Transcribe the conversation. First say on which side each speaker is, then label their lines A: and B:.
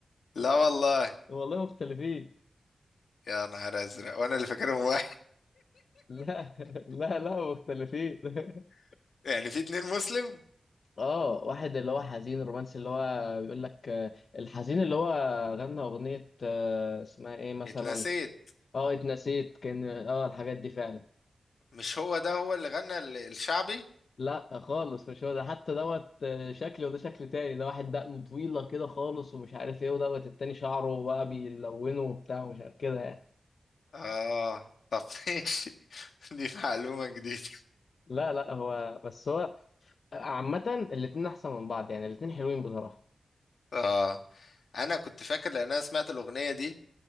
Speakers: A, on the left; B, on the left.
A: لا والله
B: والله مختلفين
A: يا نهار ازرق وانا اللي فاكرهم واحد
B: لا لا لا مختلفين <laughs>
A: <laughs> يعني في اتنين مسلم
B: اه واحد اللي هو حزين رومانسي اللي هو بيقول لك آه، الحزين اللي هو غنى اغنية آه، اسمها ايه مثلا
A: اتنسيت
B: اه اتنسيت كان اه الحاجات دي فعلا
A: مش هو ده هو اللي غنى ال- الشعبي
B: لا خالص مش هو ده حتى دوت آه، شكل وده شكل تاني ده واحد دقنه طويلة كده خالص ومش عارف ايه ودوت التاني شعره بقى بيلونه وبتاع ومش عارف كده يعني
A: اه طب <laughs> ماشي دي معلومة جديدة
B: لا لا هو بس هو عامة الاتنين احسن من بعض يعني الاتنين حلوين بصراحة
A: اه انا كنت فاكر لان انا سمعت الاغنية دي